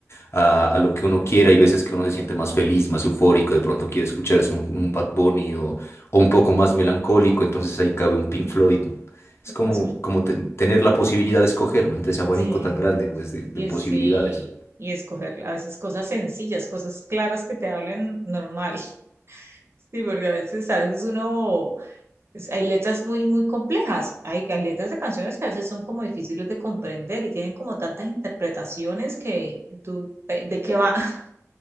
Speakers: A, on the left (about 50°); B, on the right (about 50°).
A: a, a lo que uno quiera. Hay veces que uno se siente más feliz, más eufórico, de pronto quiere escucharse un, un Bad Bunny o, o un poco más melancólico, entonces ahí cabe un Pink Floyd. Es como,
B: Escucha.
A: como te- tener la posibilidad de escoger, ¿no? Entre ese abanico
B: Sí.
A: tan grande, pues, de de
B: Y es-
A: posibilidades.
B: sí, y escoger a veces cosas sencillas, cosas claras que te hablen normal. <laughs> Sí, porque a veces, a veces uno, es- hay letras muy, muy complejas. Hay, hay letras de canciones que a veces son como difíciles de comprender y tienen como tantas interpretaciones que tú, pe- ¿de qué va? <laughs>